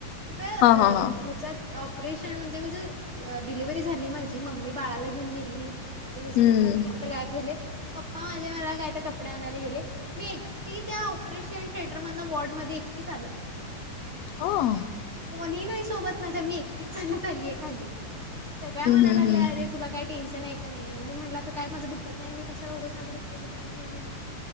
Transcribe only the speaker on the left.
हा हा हा
हम्म
हं.
हम्म
हम्म